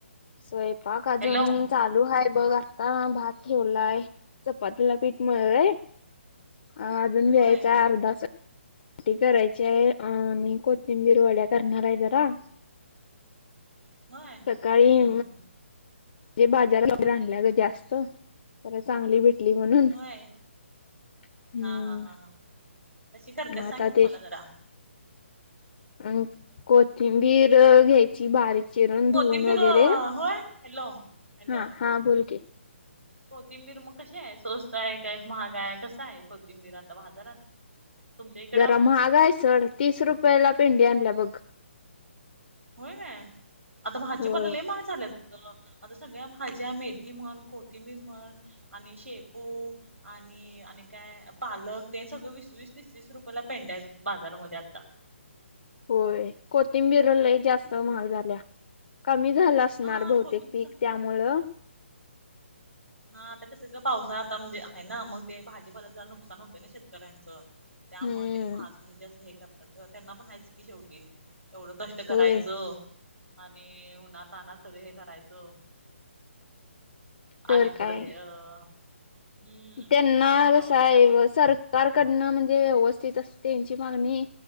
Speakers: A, on the left (about 45°); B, on the right (about 80°).
A: स्वयंपाक का अजून
B: हॅलो
A: चालू ह बघ आता भात ठेवलाय चपातीला पीठ मळलय ह अजून व्हायचंय
B: होय
A: अर्धा आमटी करायची आहे आणि कोथिंबीरवाड्या करणार आहे जरा
B: हाय हम्म
A: सकाळी
B: हम्म.
A: म्हणजे बाजार आणलाय जास्त जरा चांगली भेट म्हणून
B: होय
A: हम्म
B: हा हा हा हा कशी करतेस
A: मग
B: सांग की
A: ते
B: मला जरा
A: अ कोथिंबीर घ्यायची बारीक चिरून धुवन
B: कोथिंबीर
A: वगैरे
B: अं, होय हॅलो हॅलो
A: हा हा बोलके
B: कोथिंबीर मग कशी आहे सोजताय का एक महागा आहे कस आहे कोथिंबीर आता बाजारात तुमच्या इकडं
A: जरा महागा आहे स तीस रुपयाला पेंडी आणल्या बघ
B: होय काय आता भाजीपला
A: होय
B: ले माग झालेतं आता सगळ्या भाज्या मेथी म्हण कोथिंबीर म्हण आणि शेपू आणि आणि काय पालक ते सगळं वीस वस तीस वस रुपयाला पेंड आहेत बाजारमध्ये आता
A: होय कोथिंबीरला जास्त महाग झाल्या कमी झाला असणार
B: हा
A: बहतेक
B: कोथिंबीर
A: पीक त्यामुळं
B: हा आता कसं सगळं पावसा आता म्हणजे आहे ना मग ते भाजीपाल्याचं नुकसान होतं ना शेतकऱ्यांचं त्यामुळे
A: हम्म
B: त्याने महाग म्हणजे असं हे करतात त्यांना पण आहेयच की शेवटी एवढं कष्ट करायचं
A: होय
B: आणि उन्हातना सगळं हे करायचं
A: तर
B: आणि नि
A: काय
B: परत अ हम्म
A: त्यांना
B: म्हणल्यावर
A: क साहेब
B: तेवढं
A: सरकारकडनं म्हणजे व्यवस्थित असं त्यांची मागणी